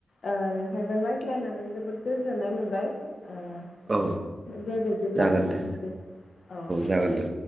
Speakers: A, on the left (about 75°); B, on the right (about 30°).
A: ओ नोंथांजों रायज्लायनानै जोबोद गोजोननाय मोनबाय ओ
B: औ
A: दे बिब्दिब्ला
B: जागोन
A: दोनथ'नोसै
B: दे
A: औ
B: जागोन दे